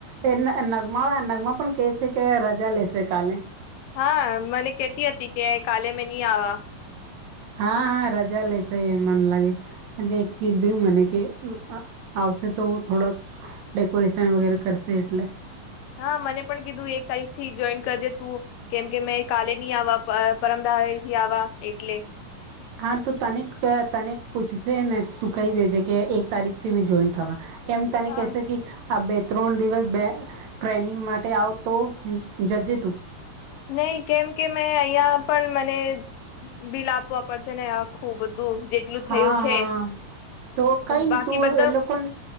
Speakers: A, on the right; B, on the left.
A: એ નગમા નગમા પણ કે છે કે રજા લે એસે કાલે
B: હા મને કેતી હતી કે કાલે મે ની આવા
A: હા હા રજા લેસે એમ મને લાગે કેમ કે કીધું મને કે આવશે તો થોડોક ડેકોરેશન વગેરે કરશે એટલે
B: હા મને પણ કીધું એક તારીખ થી જોઈન કરજે તું કેમ કે મે કાલે ની આવા પરમદા થી આવા એટલે
A: હા તો તને તને પૂછશેને તું કહી દેજે કે એક તારીખથી મેં જોઈન થવા એમ તને
B: હા
A: કેસે કે આ બે ત્રણ દિવસ બે ટ્રેનિંગ માટે આવતો જજે તું
B: નહી કેમ કે મેં અહિયાં પણ મને બિલ આપવા પડશેને ખુબ જેટલું
A: હા
B: થયું છે
A: હા તો કઈ નહી
B: બાકી
A: તું
B: બધા
A: એ લોકોન